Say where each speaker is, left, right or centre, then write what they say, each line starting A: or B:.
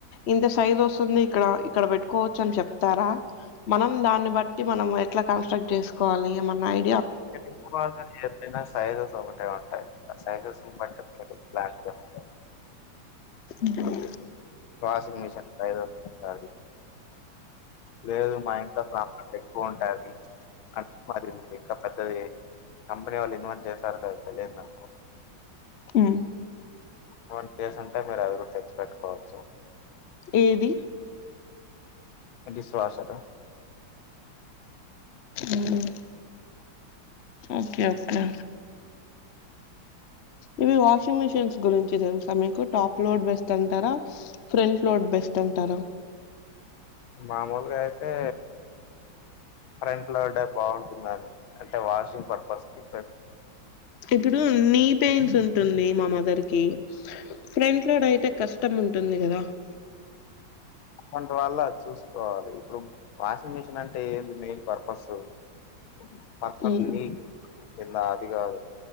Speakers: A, on the left; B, on the left.
A: ఇంత సైజ్ వస్తుంది ఇక్కడ ఇక్కడ పెట్టుకోవచ్చు అని చెప్తా రా మనం దాన్ని బట్టి మనం ఎట్లా కంస్ట్రక్ట్ చేసుకోవాలి ఏమన్నా ఐ
B: ఇంక బిగ్ బాడీ <unintelligible> ఏదైనా సైజస్ ఒకటే ఉంటాయి ఆ సైజస్ని బట్ ట్రిప్కి ప్లాన్ చేసుకోవాలి
A: హుం
B: వాషింగ్ మిషన్ సైజెస్ ఉంటాది లేదు మా ఇంట్లో సామాన్లు ఎక్కువ ఉంటాది అంటే మాది ఇంకా పెద్దది కంపెనీ వాళ్ళు ఇన్వెస్ట్ చేశారో లేదొ తెలియదు నాకు
A: ఉ
B: వంట చేసి ఉంటే మీరు అది కూడా తెచ్చి పెట్టుకోవచ్చు
A: ఏది
B: డిష్ వాష్రూ
A: ఉ ఉమ్ ఓకే ఓకే ఇవి వాషింగ్ మిషిన్స్ గురించి తెలుస్తా మీకు టాప్ లోడ్ బెస్ట్ అంటారా ఫ్రంట్ లోడ్ బెస్ట్ అంటారా
B: మామూలుగా అయితే ఫ్రంట్ లోడే బాగుంటుందా అని అంటే వాషింగ్ పర్పస్ కి
A: ఇప్పుడు నీ పెయిన్స్ ఉంటుంది మా మదర్ కి ఫ్రెంట్ లో అయితే కష్టం ఉంటుంది కదా <inaudible>
B: అటు వాంటి వాళ్ళు అది చూసుకోవాలి ఇప్పుడు వాషింగ్ మిషిన్ అంటే ఏంది మెయిన్ పర్పస్ <unintelligible>
A: ఉమ్
B: ఉంది ఇట్లా అది కాదు